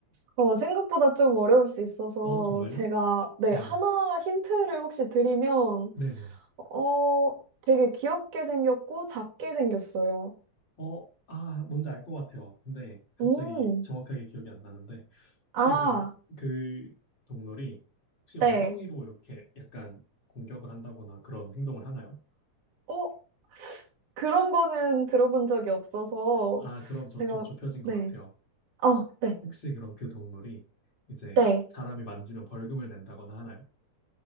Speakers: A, on the right; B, on the left.
A: 어, 생각보다 좀 어려울 수 있어서
B: 어 정말요?
A: 제가, 네,
B: 네네
A: 하나 힌트를 혹시 드리면,
B: 네네
A: 어, 되게 귀엽게 생겼고 작게 생겼어요.
B: 어 아 뭔지 알 것 같아요. 근데 갑자기
A: 음,
B: 정확하게 기억이 안 나는데 혹시
A: 아,
B: 그럼 그 동물이 혹시 엉덩이로
A: 네.
B: 이렇게 약간 공격을 한다거나 그런 행동을 하나요?
A: 어, 그런 거는 들어본 적이 없어서
B: 아 그럼 저
A: 제가,
B: 좀 좁혀진
A: 네.
B: 것 같아요.
A: 어, 네,
B: 혹시 그럼 그 동물이 이제
A: 네.
B: 사람이 만지면 벌금을 낸다거나 하나요?